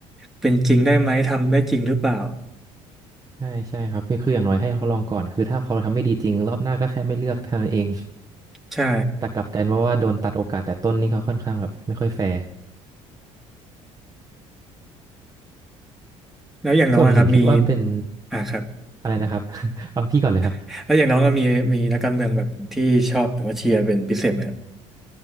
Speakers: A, in the centre; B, on the right.
A: เป็นจริงได้ไหมทำได้จริงหรือเปล่า
B: ใช่ใช่ครับนี่คืออย่างน้อยให้เขาลองก่อนคือถ้าเขาทำไม่ดีจริงรอบหน้าก็แค่ไม่เลือกเท่านั้นเอง <laughs>
A: ใช่
B: แต่กลับกันว่าว่าโดนตัดโอกาสแต่ต้นนี่เขาค่อนข้างแบบไม่ค่อยแฟร์
A: แล้วอย่างน้องอะครับมี
B: ส่วนหนึ่งคิดว่าเป็น
A: อ่าครับ
B: อะไรนะครับ <laughs> เอาพี่ก่อนเลยครับ
A: <laughs> แล้วอย่างน้องก็มีมีนักการเมืองแบบที่ชอบหรือว่าเชียร์เป็นพิเศษไหมครับ